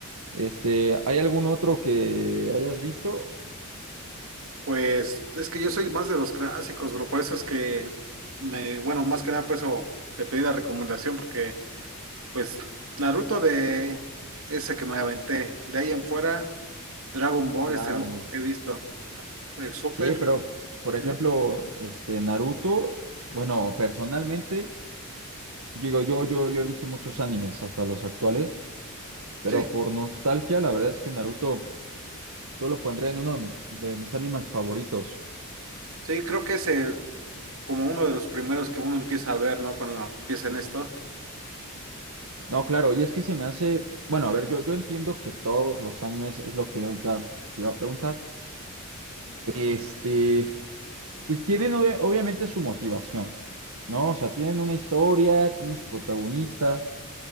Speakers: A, on the right; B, on the right.
A: este, ¿hay algún otro que hayas visto?
B: Pues es que yo soy más de los clásicos, bro. Por eso es que me, bueno, más que nada por eso te pedí la recomendación porque Pues Naruto de ese que me aventé. De ahí en fuera, Dragon Ball
A: Claro.
B: es el único que he visto. El Super.
A: Sí, pero, por ejemplo,
B: Ujú.
A: este, Naruto, bueno, personalmente, digo, yo, yo, yo he visto muchos animes, hasta los actuales, pero
B: Sí.
A: por nostalgia, la verdad es que Naruto, yo lo pondré en uno de mis, de mis animes favoritos.
B: Sí, creo que es el- como uno de los primeros que uno empieza a ver, ¿no? Cuando empiezan estos.
A: No, claro, y es que se me hace, bueno, a ver, yo, yo entiendo que todos los animes es lo que ahorita te iba a preguntar. Este, pues tienen obvia- obviamente su motivación, ¿no? O sea, tienen una historia, tienen su protagonista,